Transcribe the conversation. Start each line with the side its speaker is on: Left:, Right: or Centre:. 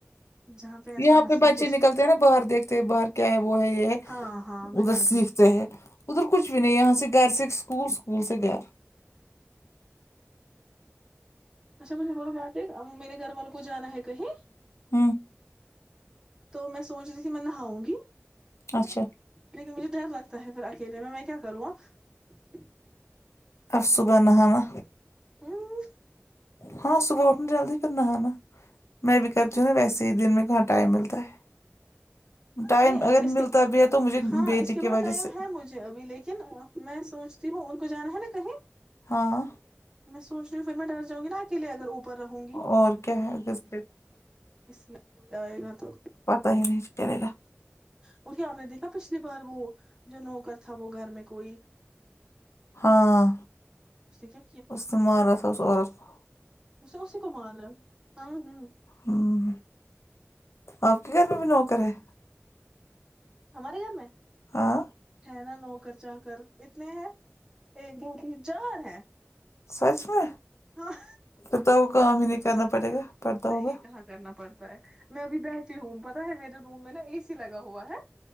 Right: جہاں ایسا
Left: یہاں
Right: مسئلہ
Left: پہ بچے
Right: کچھ
Left: نکلتے ہیں نا باہر دیکھتے باہر کیا ہے وہ ہے یہ ہے
Right: ہاں ہاں وہی
Left: ادھر
Right: وہی
Left: سیکھتے ہے ادھر کچھ بھی نہیں یہاں سے گھر سے اسکول بول سے کیا
Right: اچھا مجھے ب میرے گھر والوں کو جانا ہے کہیں
Left: ہوں
Right: تو میں سوچ رہی تھی میں نہاؤں گی
Left: اچھا
Right: لیکن مجھے ڈر لگتا ہے پھر اکیلے میں میں کیا کروں اب
Left: اب صبح نہانا
Right: امم
Left: ہاں صبح اٹھنا جلدی پھر نہانا ہاں میں بھی کرتی ہو نہ ویسے ہی دن میں کہا ٹائم ملتا ہے ٹائم
Right: نہیں
Left: اگر
Right: اس
Left: ملتا
Right: کے
Left: بھی ہے تو مجھے
Right: ہاں
Left: بیٹی
Right: اس کے
Left: کی
Right: بعد
Left: وجہ
Right: ٹائم
Left: سے
Right: ہے مجھے ابھی لیکن میں سوچتی ہوں ان کو جانا ہے نا کہیں
Left: ہاں
Right: میں سوچ رہی ہوں پھر میں ڈر جاؤں گی نا اکیلے اگر اوپر رہوں گی
Left: <unintelligible> اور کیا ہے اٹلیس
Right: اس لیے کوئی آئے گا تو
Left: پتا ہی نہیں چلے گا
Right: کیونکے آپ نے دیکھا پچھلی بار وہ جو نوکر تھا وہ گھر میں کوئی
Left: ہاں
Right: اس نے کیا
Left: اس مارا تھا اس عورت کو
Right: اسے اسی کو مارا ہاں ہوں
Left: ہاں آپ کے گھر میں بھی نوکر ہے
Right: ہمارے گھر میں
Left: ہاں
Right: ہے نا نو کر چار کر اتنے ہیں ایک دو تین چار ہیں
Left: سچ میں
Right: ہاں
Left: پھرتا وہ کام ہی نہیں کرنا پڑے گا پڑتا
Right: نہیں
Left: ہوگا
Right: کہاں کرنا پڑتا ہے میں ابھی بیٹھی ہوں پتا ہے میرے روم میں نا اے سی لگا ہوا ہے